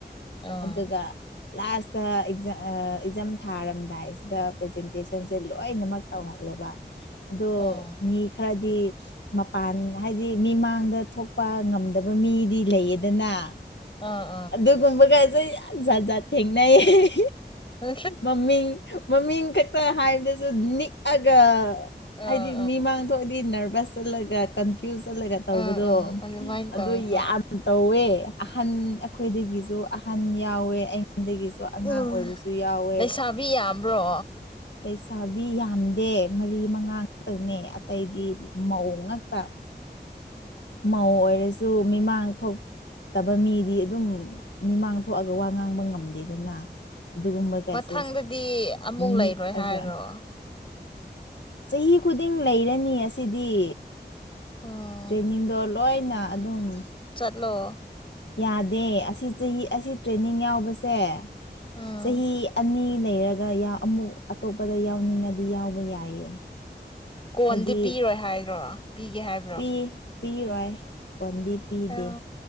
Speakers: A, on the left; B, on the left.
A: ꯑꯥ
B: ꯑꯗꯨꯒ ꯂꯥꯁꯇ ꯑꯦꯛꯖꯥꯝ ꯑꯦꯛꯖꯥꯝ ꯊꯥꯔꯝꯗꯥꯏꯁꯤꯗ ꯄ꯭ꯔꯖꯦꯟꯇꯦꯁꯟꯁꯦ ꯂꯣꯏꯅꯃꯛ ꯇꯧꯍꯜꯂꯦꯕ ꯑꯗꯣ
A: ꯑꯣ
B: ꯃꯤ ꯈꯔꯗꯤ ꯃꯄꯥꯟ ꯍꯥꯏꯗꯤ ꯃꯤꯃꯥꯡꯗ ꯊꯣꯛꯄ ꯉꯝꯗꯕ ꯃꯤꯗꯤ ꯂꯩꯌꯦꯗꯅ
A: ꯑ
B: ꯑꯗꯨꯒꯨꯝꯕꯒꯁꯨ ꯌꯥꯝ ꯖꯥꯠ ꯖꯥꯠ ꯊꯦꯡꯅꯩ
A: ꯑꯥ
B: ꯃꯃꯤꯡ ꯃꯃꯤꯡ ꯈꯛꯇ ꯍꯥꯏꯕꯗꯁꯨ ꯅꯤꯛꯑꯒ
A: ꯑꯥ
B: ꯍꯥꯏꯗꯤ ꯃꯤꯃꯥꯡ ꯊꯣꯛꯑ ꯅꯔꯚꯁ ꯆꯜꯂꯒ ꯀꯟꯐ꯭ꯌꯨꯁ ꯆꯜꯂꯒ ꯇꯧꯕꯗꯣ
A: ꯑꯥ ꯑꯥ ꯑꯗꯨꯃꯥꯏꯅ
B: ꯑꯗꯨ
A: ꯇꯧꯋꯦ ꯍꯣꯏ
B: ꯌꯥꯝ ꯇꯧꯋꯦ ꯑꯍꯟ ꯑꯩꯈꯣꯏꯗꯒꯤꯁꯨ ꯑꯍꯟ ꯌꯥꯎꯋꯦ ꯑꯩꯉꯣꯟꯗꯒꯤꯁꯨ ꯑꯉꯥꯡ
A: ꯎꯝ
B: ꯑꯣꯏꯕꯁꯨ ꯌꯥꯎꯋꯦ
A: ꯂꯩꯁꯥꯕꯤ ꯌꯥꯝꯕ꯭ꯔꯣ
B: ꯂꯩꯁꯥꯕꯤ ꯌꯥꯝꯗꯦ ꯃꯔꯤ ꯃꯉꯥ ꯉꯛꯇꯅꯦ
A: ꯎꯝ
B: ꯑꯇꯩꯗꯤ ꯃꯧ ꯉꯥꯛꯛꯇ
A: ꯎꯝ ꯎꯝ
B: ꯃꯧ ꯑꯣꯏꯔꯁꯤ ꯁꯨ ꯃꯤꯃꯥꯡ ꯊꯣꯛꯇꯕ ꯃꯤꯗꯤ ꯑꯗꯨꯝ ꯃꯤꯃꯥꯡ
A: ꯎꯝ
B: ꯊꯣꯛꯑꯒ ꯋꯥ ꯉꯥꯡꯕ ꯉꯝꯗꯦꯗꯅ ꯑꯗꯨꯒꯨꯝꯕꯒꯁꯦ
A: ꯃꯊꯪꯗꯗꯤ ꯑꯃꯨꯛ ꯂꯩꯔꯣꯏ
B: ꯅꯤꯛꯑꯒ
A: ꯍꯥꯏꯔꯣ
B: ꯆꯍꯤ ꯈꯨꯗꯤꯡ ꯂꯩꯔꯅꯤ ꯑꯁꯤꯗꯤ
A: ꯎꯝ
B: ꯇ꯭ꯔꯦꯟꯅꯤꯡꯗꯣ ꯂꯣꯏꯅ ꯑꯗꯨꯝ
A: ꯍꯂꫭ
B: ꯌꯥꯗꯦ ꯑꯁꯤ ꯆꯍꯤ ꯑꯁꯤ ꯇ꯭ꯔꯦꯅꯤꯡ ꯌꯥꯎꯕꯁꯦ
A: ꯎꯝ
B: ꯆꯍꯤ ꯑꯅꯤ ꯂꯩꯔꯒ ꯑꯃꯨꯛ ꯑꯇꯣꯞꯄꯗ ꯌꯥꯎꯅꯤꯡꯉꯗꯤ ꯌꯥꯎꯕ ꯌꯥꯏꯌꯦ
A: ꯀꯣꯟꯗꯤ
B: ꯍꯥꯏꯗꯤ
A: ꯄꯤꯔꯣꯏ ꯍꯥꯏꯔꯣ ꯄꯤꯒꯦ ꯍꯥꯏ
B: ꯄꯤ ꯄꯤ ꯔꯥꯏ ꯀꯣꯟꯗꯤ ꯄꯤꯗꯦ
A: ꯑ